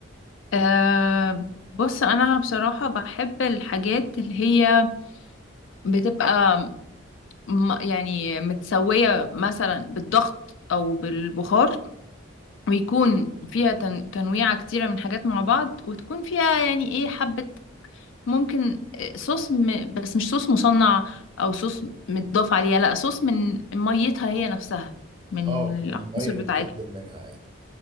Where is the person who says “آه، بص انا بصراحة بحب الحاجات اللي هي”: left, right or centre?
Left